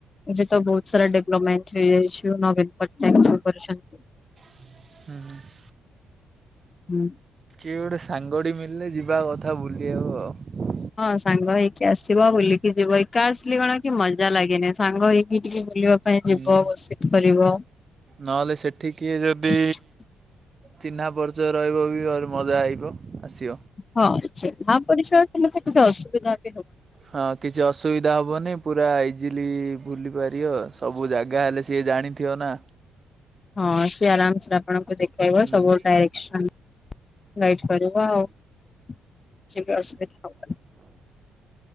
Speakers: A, on the left; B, on the right.
A: ଏବେ ତ ବହୁତ ସାରା ଡିଲପମେଣ୍ଟ ହେଇଯାଇଛି ନବୀନ ପଟ୍ଟନାୟକ କରିଛନ୍ତି।
B: ଉହୁଁ।
A: ହୁଁ।
B: କିଏ ଗୋଟେ ସାଙ୍ଗଟି ମିଲିଲେ ଯିବା କଥା ବୁଲିବାକୁ ଆଉ
A: ହଁ ସାଙ୍ଗ ହେଇକି ଆସିବ ବୁଲିକି ଯିବ ଏକା ଆସିଲେ କଣ କି ମଜା ଲାଗେନି ସାଙ୍ଗ ହେଇକି ଟିକେ ବୁ ବୁଲିବା ପାଇଁ
B: ହୁଁ
A: ଯିବ ଗସିିପ କରିବ
B: ନହେଲେ ସେଠି କିଏ ଯଦି
A: <unintelligible>
B: ଚିହ୍ନା ପରିଚୟ ରହିବ ବି ଆହୁରି ମଜା ଆଇବ। ଆସିବ।
A: ହଁ ଚିହ୍ନା ପରିଚୟ ଥିଲେ ତ କିଛି ଅସୁବିଧା ନା
B: ହଁ କିଛି ଅସୁବିଧା ହବନି ପୁରା ଇଜିଲି ଭୁଲି ପାରିବ ସବୁ ସବୁ ଜାଗା ହେଲେ ସିଏ ଜାଣିଥିବ ନା।
A: ହଁ ସିଏ ଆରାମସରେ ଆପଣଙ୍କୁ ଦେଖେଇବ
B: ହୁଁ
A: ସବୁ ଡାଇରେକ୍ସନ୍ ଗାଇଡ୍ କରିବ ଆଉ କିଛିବି ଅସୁବିଧା ହବନି।